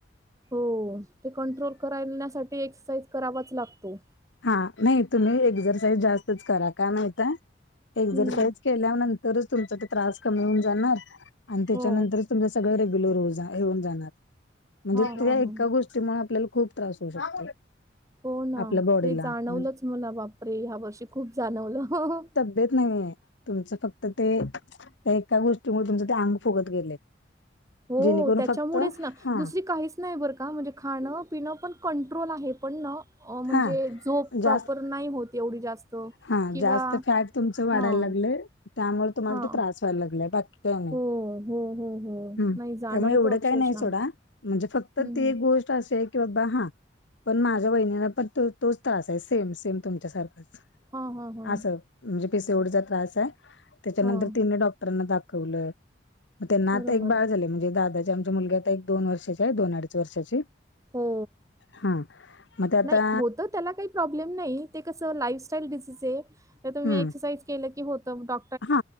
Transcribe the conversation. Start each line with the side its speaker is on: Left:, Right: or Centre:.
Right: हो ते कंट्रोल करायण्यासाठी एक्ससाइज करावाच लागतो.
Left: हा नाही तुम्ही एक्सरसाईज जास्तच करा का माहित आहे, एक्सरसाइज
Right: हम्म
Left: केल्यानंतरच तुमचा तो त्रास कमी होऊन जाणार आणि त्याच्यानंतर
Right: हो
Left: तुमचं सगळं रेग्युलर येऊन होऊन जाणार म्हणजे
Right: हा
Left: ते
Right: हा
Left: एका
Right: हा
Left: गोष्टी त्यामुळे आपल्याला खूप त्रास होऊ शकतो
Right: हो ना
Left: आपल्या बॉडीला
Right: ते जाणवलंच
Left: म्हणजे
Right: मला बापरे ह्या वर्षी खूप जाणवलं हं हं
Left: देत नाहीये तुमचं फक्त ते त्या एका गोष्टीमुळे तुमच ते अंग फुगत गेलय
Right: हो
Left: जेणेकरून
Right: त्याच्यामुळेच
Left: फक्त
Right: ना
Left: हा
Right: दुसरी काहीच नाही बरं का म्हणजे खाणं पिनं पण कंट्रोल आहे पण ना म्हणजे
Left: हा
Right: झोप प्रॉपर
Left: जास्त
Right: नाही होत एवढी जास्त
Left: हा
Right: किंवा
Left: जास्त फॅट तुमच वाढायला
Right: हां
Left: लागलय, त्यामुळे तुम्हाला
Right: हां
Left: तो त्रास व्हायला लागलाय बा <unintelligible>
Right: हो हो हो हो
Left: हम्म
Right: नाही जाणवतं
Left: त्यामुळे एवढं
Right: अक्षरशः
Left: काय नाही
Right: हम्म
Left: सोडा म्हणजे फक्त ते
Right: हम्म.
Left: एक गोष्ट त्रास आहे किंवा बा हा पण माझ्या वहिणीला पण तो तोच त्रास आहे सेम सेम तुमच्यासारखंच
Right: हां हां हां
Left: आसं म्हणजे पी सी ओडीचा त्रास आहे, त्याच्यानंतर
Right: हां
Left: तिन डॉक्टरांना दाखवलं मग त्यांना
Right: बरोबर
Left: आता एक बाळ झालय म्हणजे दादाची आमची मुलगी आता एक दोन वर्षाची आहे दोन अडीच वर्षाची
Right: हो...
Left: हा मग ते आता
Right: नाही होतं त्याला काही प्रॉब्लेम नाही ते कसं लाईफ स्टाईल डिसीज आहे आता मी
Left: हम्म
Right: एक्ससाईइज केलं की होतं डॉ
Left: हा